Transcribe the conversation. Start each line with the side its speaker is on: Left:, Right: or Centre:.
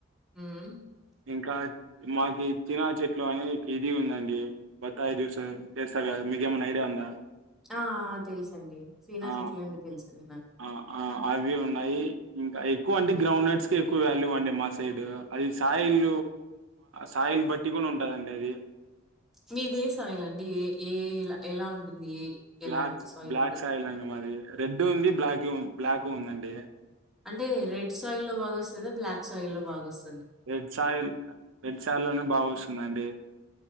Centre: ఉహ్మ్
Right: ఇంకా మాగీ చినా చెట్లు అనే ఇది ఉందండి. బత్తాయి జ్యూస్ చేస్తారు కదా మీక ఏమైనా ఐడియా ఉందా.
Centre: ఆ ఆ తెలుసండి శ్రీనాస్
Right: ఆ
Centre: చేట్లండి తెలుసండి న
Right: ఆ ఆ అవి ఉన్నాయి. ఇంకా ఎక్కువ అంటే గ్రౌండ్ నట్స్ కి ఎక్కువ వాల్యూ అండి మా సైడ్ అది సాయిల్ సాయిల్ బట్టి కూడా ఉంటదండి. అది
Centre: మీదే సాయిల్ అండి ఏ ఏ ఎలా ఉంటుంది. ఏ
Right: బ్లాక్
Centre: ఎలాంటి
Right: బ్లాక్
Centre: మీది?
Right: సాయిల్ అండి మాది. రెడ్ ఉంది బ్లాకి బ్లాక్ ఉందండి.
Centre: అంటే రెడ్ సాయి లో బాగా వస్తుందా. బ్లాక్ సాయిల్ లో బాగా వస్
Right: రేడ్ సాయిల్ రేడ్ సాయల్నే బాగుస్ ంటే <unintelligible>